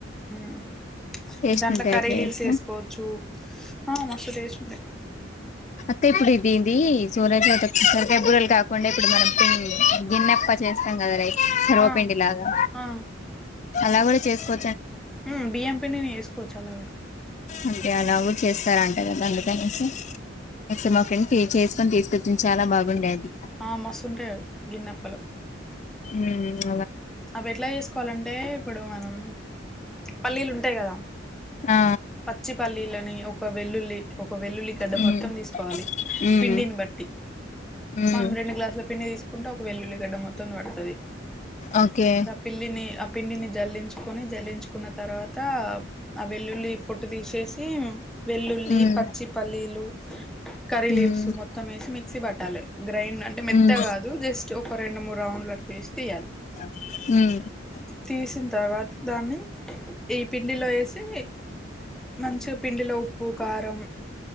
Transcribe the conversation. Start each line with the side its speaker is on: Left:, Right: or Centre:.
Centre: మ్
Left: టేస్ట్
Centre: దాంట్లో
Left: ఉంటాయి
Centre: కర్రీలీవ్స్
Left: అట్లా చేస్తే.
Centre: వేస్కోవచ్చు హ మస్తుటేస్టుంటాయ్
Left: అతే ఇప్పుడు ఇ దీంది సోరత సోరకాయ బురలు కాకుండా ఇప్పుడు మనం గిన్నెప్ప చేస్తాం కదా రై సర్వపిండి
Centre: ఆ
Left: లాగా
Centre: ఆ
Left: అలా కూడా చేస్కో
Centre: మ్ బిఎం పిండిని ఎస్కోవచ్చు అలా కూడా
Left: అంటే అలాగో చేస్తారంట కదా అందుకనేసి నే మా ఫ్రెండ్స్ చేస్కొని తీస్కొచ్చింది చాలా బాగుండే అది
Centre: ఆ మస్తుంటాయ్ అవి గిన్నప్పలు
Left: మ్
Centre: అవి ఎట్లా చేస్కోవాలంటే ఇప్పుడు మనం పల్లీలుంటాయి కదా
Left: ఆ!
Centre: పచ్చిపల్లీలని ఒక వెల్లుల్లి ఒక వెల్లుల్లి గడ్డ
Left: హ్మ్.
Centre: మొత్తం తీస్కోవాలి
Left: హ్మ్.
Centre: పిండిని బట్టి
Left: హ్మ్.
Centre: మనం రెండు గ్లాసుల పిండి తీస్కుంటే ఒక వెల్లుల్లిగడ్డ మొత్తం పడ్తది
Left: ఓకే.
Centre: ఆ పిల్లిని ఆ పిండిని జల్లించ్కొని జల్లించుకున్న తర్వాత ఆ వెల్లుల్లి పొట్టు తీసేసి వెల్లుల్లి
Left: హ్మ్.
Centre: పచ్చిపల్లీలు కర్రీ
Left: హ్మ్.
Centre: లీవ్స్ మొత్తం వేసి మిక్సీ పట్టాలి గ్రైండ్ అంటే మెత్త
Left: హ్మ్.
Centre: గాదు జస్ట్ ఒక రెండు మూడు రౌండ్లు అట్ట వేసి తీయ్యాలి
Left: మ్
Centre: తీసిన తర్వాత దాన్ని ఈ పిండిలో ఏసీ మంచిగ పిండిలో ఉప్పు కారం